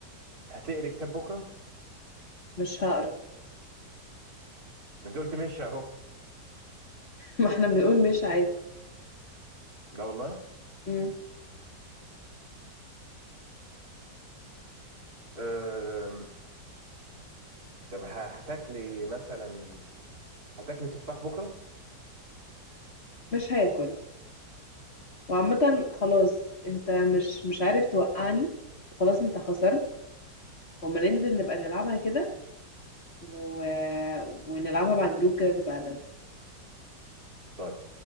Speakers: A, on the right; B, on the left.
A: هتقري كتاب بكرة
B: مش هقرا <laughs>
A: ما انت قلت مش اهو
B: ما احنا بنقول مش عادي
A: لا والله
B: مم.
A: آم، طب ه- هتاكلي مثلا هتاكلي تفاح بكره؟
B: مش هاكل وعامة خلاص انت مش مش عارف توقعني وخلاص انت خسرت وما ننزل نبقى نلعبها كده و... ونلعبها مع الجروب كده تبقى لذيذ
A: طيب